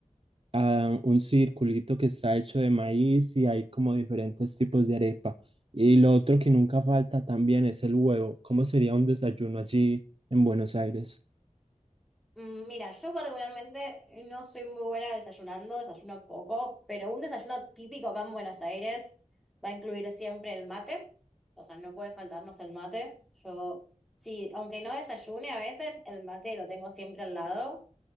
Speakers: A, on the right; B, in the centre.
A: a un circulito que está hecho de maíz y hay como diferentes tipos de arepa. Y lo otro que nunca falta también es el huevo. ¿Cómo sería un desayuno allí en Buenos Aires?
B: Mm, Mira, yo particularmente no soy muy buena desayunando, desayuno poco, pero un desayuno típico acá en Buenos Aires va a incluir siempre el mate, o sea, no puede faltarnos el mate. Yo, sí, aunque no desayune a veces, el mate lo tengo siempre al lado